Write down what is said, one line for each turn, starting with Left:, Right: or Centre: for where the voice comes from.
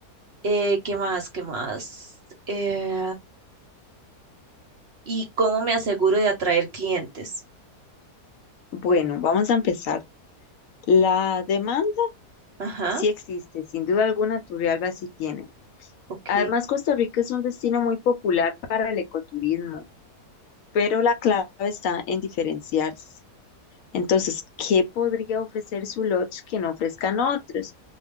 Right: Eh, ¿qué más? ¿Qué más? Eh, ¿y cómo me aseguro de atraer clientes?
Left: Bueno, vamos a empezar. La demanda
Right: Ajá.
Left: sí existe, sin duda alguna Turrialba sí tiene.
Right: Ok,
Left: Además, Costa Rica es un destino muy popular para el ecoturismo, pero la clave está en diferenciarse. Entonces, ¿qué podría ofrecer su lodge que no ofrezcan otros?